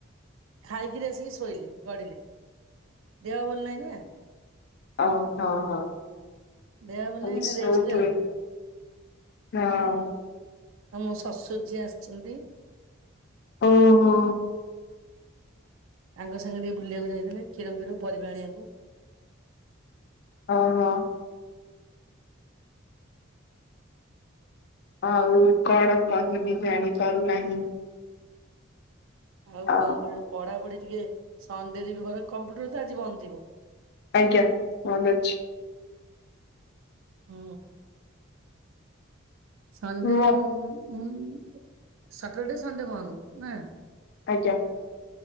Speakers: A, on the right; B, on the left.
A: ଖାଇକିରି ଆସିକି ଶୋଇଲେ ଗଢିଲେ ଦେହ ଭଲ ନାହିଁ ନା।
B: ଅ ହଁ ହଁ।
A: ଦେହ ଭଲ
B: ଖାଲି
A: ନାହିଁ ରେଷ୍ଟେ
B: ଶୋଉଥିବେ।
A: ଆଉ
B: ହଁ।
A: ଆଉ। ଆଉ ମୋ ଶଶୁରୀ ଯି ଆସିଛନ୍ତି।
B: ଓ ହୋ।
A: ଆଙ୍କ ସାଙ୍ଗେ ଟିକେ ବୁଲିବାକୁ ଯାଇଥିଲେ କ୍ଷୀର ଫିର ପରିବା ଆଣିବାକୁ।
B: ଅ ହ। ଆଉ କଣ କହିବି ଜାଣିପାରୁନାହିଁ।
A: ଆଉ
B: ଅ
A: କଣ ପଢାପଢି। ଟିକେ ସଣ୍ଡେରେ ବି ଘରେ କମ୍ପ୍ୟୁଟର ତ ଆଜି ବନ୍ଦ ଥିବ।
B: ଆଜ୍ଞା। ମନେ ଅଛି
A: ହୁଁ। ସଣ୍ଡେ
B: ହଁ
A: ଆଉ ଉ ଉହୁଁ। ସାଟର୍ଡେ ସଣ୍ଡେ ବନ୍ଧ ନା।
B: ଆଜ୍ଞା।